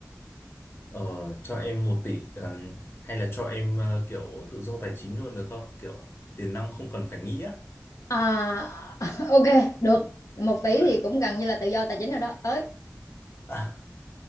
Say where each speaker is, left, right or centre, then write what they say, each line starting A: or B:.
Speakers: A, on the left; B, on the left.
A: Ờ, cho em một tỷ ờ, hay là cho em ờ, kiểu tự do tài chính luôn được không? Kiểu tiền nong không cần phải nghĩ á.
B: À, <laughs> ok được một tỷ
A: Dạ.
B: thì cũng gần như là tự do tài chính rồi đó tới
A: <laughs>